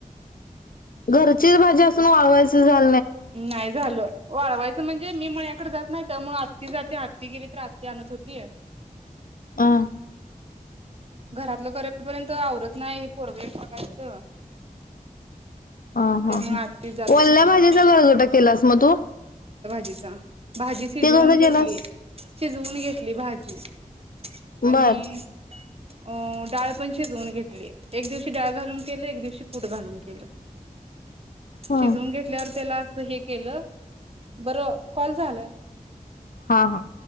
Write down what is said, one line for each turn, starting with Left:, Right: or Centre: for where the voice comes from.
Left: घरचीच भाजी असून वाळवायच झा
Right: नाई ज झालं, वाळवायचं म्हणजे मी मळ्याकड जात नाय त्यामुळं आत्ती जात्या, आत्ती गेली तर आत्ती आणत होती.
Left: आ.
Right: घरातलं करेपर्यंत आवरत नाय हे पोरग एक बघायचं.
Left: आ हा
Right: त्यामुळे
Left: ह
Right: आत्तीच जात
Left: वल्ल्या
Right: होती मळ्यात
Left: भाजीचा गरगटा केलास मग तू?
Right: जिचा भाजी शिजवून
Left: ते कसं
Right: घेतली.
Left: केलास
Right: शिजवून घेतली भाजी आणि.
Left: बर
Right: अ डाळ पण शिजवून घेतलेली. एक दिवशी डाळ घालून केलं एक दिवशी कूट घालून केलं.
Left: ह
Right: शिजवून घेतल्यावर त्याला. हे केलं. बरं कॉल झालाय.
Left: हा. हा.